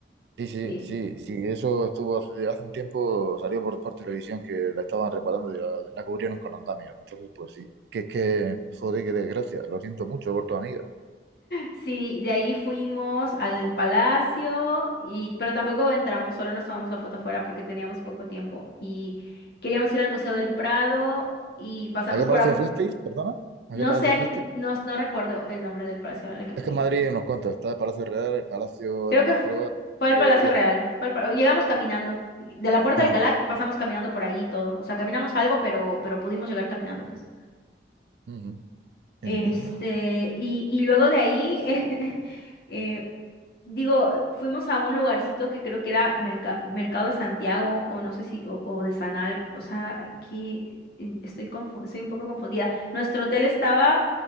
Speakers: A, on the right; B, on the left.
A: Sí, sí,
B: Sí.
A: sí, sí. Eso estuvo hace, hace un tiempo, salió por, por televisión que la estaban reparando y la, la cubrieron con andamios. Entonces, pues sí. Que es que, joder, qué desgracia. Lo siento mucho por tu amiga.
B: Sí, de ahí fuimos al palacio y pero tampoco entramos, solo nos tomamos la foto afuera porque teníamos poco tiempo y queríamos ir al Museo del Prado y pasamos
A: ¿A qué
B: por
A: palacio
B: afu-
A: fuisteis? ¿Perdona? ¿A
B: no
A: qué palacio
B: sé, a
A: fuisteis?
B: qué- no, no recuerdo el nombre del palacio al que fui.
A: Es que en Madrid hay unos cuantos. Está el Palacio Real, el Palacio
B: Creo
A: de la Moncloa
B: que fu- fue, al
A: y
B: Palacio
A: otro. y otro.
B: Real. Fue al pa- llegamos caminando y de la Puerta
A: Ajá.
B: de Alcalá, pasamos caminando por ahí y todo. O sea, caminamos algo, pero pero pudimos llegar caminando, pues.
A: ujú. Bien,
B: Este,
A: bien, bien.
B: y y luego de ahí <laughs> eh, Digo, eh, fuimos a un lugarcito que creo que era Merca- Mercado de Santiago o no sé si, o, o de Sanal, o sea, aquí en- estoy confu- estoy un poco confundida. Nuestro hotel estaba